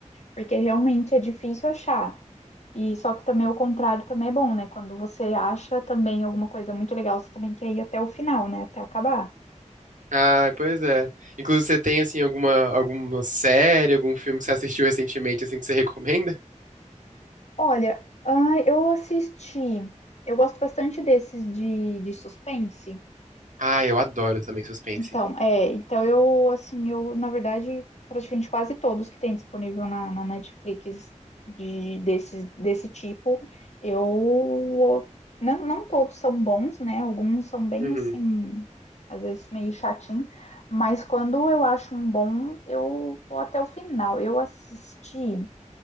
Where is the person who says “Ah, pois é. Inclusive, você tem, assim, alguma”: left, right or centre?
Right